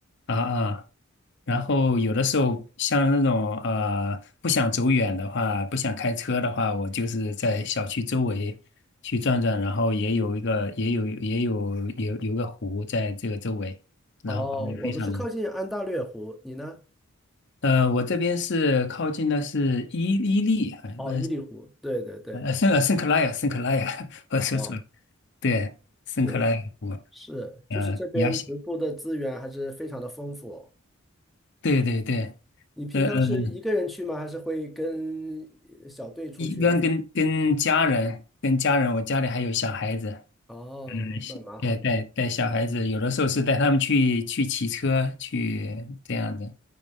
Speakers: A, on the left; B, in the centre.
A: 啊啊，然后有的时候像那种呃不想走远的话，不想开车的话，我就是在小区周围去转转，然后也有一个也有也有也有有个湖在这个周围，然后环境非常的。
B: 哦，我们是靠近安大略湖，你呢？
A: 呃，我这边是靠近的是伊伊利，还呃
B: 哦，伊犁湖。对对对，
A: 呃，圣呃圣克莱尔，圣克莱尔，<laughs> 我说错了，
B: 哦，
A: 对，圣克莱尔湖，
B: 对，是，就是这边徒步的资源还是非常的丰富哦。
A: 呃，杨喜，对对对，
B: 你平常是一个人去吗？
A: 呃嗯，
B: 还是会跟呃小队出去啊？
A: 一般跟跟家人，跟家人，我家里还有小孩子，
B: 哦，
A: 嗯，是对带带小孩子，
B: 那蛮好的。
A: 有的时候是带他们去去骑车，去这样子，